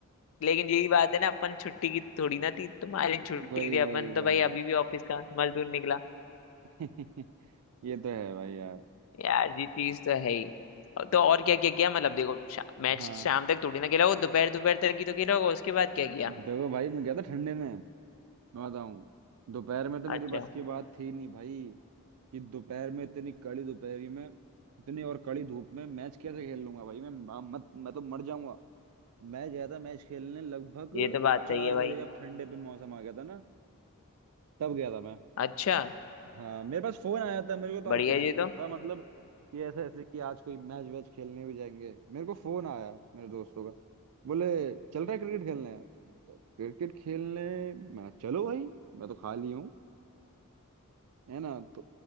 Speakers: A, on the left (about 65°); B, on the right (about 75°).
A: लेकिन यही बात है ना अपन छुट्टी की थोड़ी ना थी तुम्हारी छुट्टी
B: वही
A: थी
B: वही
A: अपन
B: वही
A: तो भाई अभी भी ऑफिस का मजदूर निकला
B: <laughs> ये तो है भाई यार
A: यार ये चीज तो है ही और- तो और क्या क्या किया मतलब देखो शा, मैच
B: हाँ
A: शाम तक थोड़ी ना खेला वो दोपहर दोपहर तक ही तो खेला होगा उसके बाद क्या किया
B: देखो भाई मैं गया था ठंडे में मैं बताऊं दोपहर में तो मेरी
A: अच्छा
B: बस की बात थी नहीं भाई कि दोपहर में इतनी कड़ी दोपहरी में इतनी और कड़ी धूप में मैच कैसे खेल लूंगा भाई मैं म- मत मैं तो मर जाऊंगा मैं गया था मैच खेलने लगभग
A: ये तो बात
B: चार
A: सही है भाई
B: बजे जब ठंडे पे मौसम आ गया था ना तब गया था मैं
A: अच्छा
B: हाँ मेरे पास फोन आया था मेरे को तो
A: बढ़िया
B: आज प्लान
A: ये
B: भी
A: तो
B: नहीं था मतलब कि ऐसे ऐसे कि आज कोई मैच वैच खेलने भी जाएंगे मेरे को फोन आया मेरे दोस्तों का बोले चल रहा है क्रिकेट खेलने क्रिकेट खेलने मैं चलो भाई मैं तो खाली हूँ है ना तो